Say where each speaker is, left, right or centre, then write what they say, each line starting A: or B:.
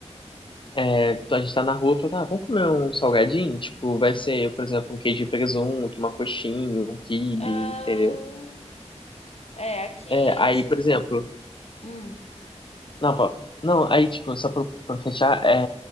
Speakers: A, on the left; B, on the left.
A: é, a gente tá na rua, fala, ah, vamos comer um salgadinho? Tipo, vai ser, por exemplo, um queijo de presunto, uma coxinha, um quibe,
B: ah,
A: entendeu?
B: é, aqui.
A: É, aí,
B: Se,
A: por exemplo,
B: hum,
A: Não, pô. Não, aí, tipo, só pra, pra fechar, é.